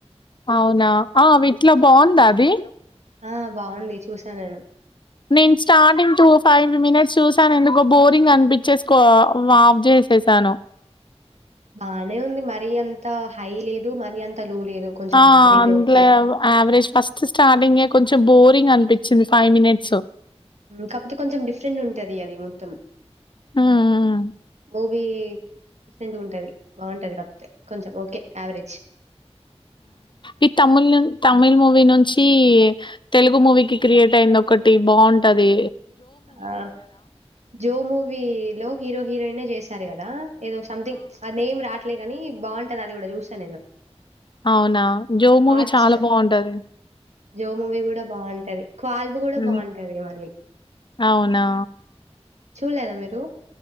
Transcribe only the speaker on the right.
ఆ బాగుంది చూసా నేను
బానే ఉంది మరి ఎంత హై లేదు మరి అంత లో లేదు. కొంచెం
యావరేజ్
ఓకే.
కాకపోతే కొంచెం డిఫరెంట్ ఉంటది అది మొత్తం
మూవీ డిఫరెంట్ ఉంటది బాంటది కాపోతే కొంచం ఓకే యావరేజ్
ఆ జో మూవీ లో హీరో హీరోయిన్ చే సరి కదా ఏదో సంథింగ్ ఆ నేమ్ రా అట్లేగాని బాంటది అది గూడా చూసా నేను
హాట్
స్టా
జో మూవీ కూడా బాగుంటది. క్వాల్బు కూడా
బాగుంటది మళ్ళీ
చూడ్లేదా మీరు?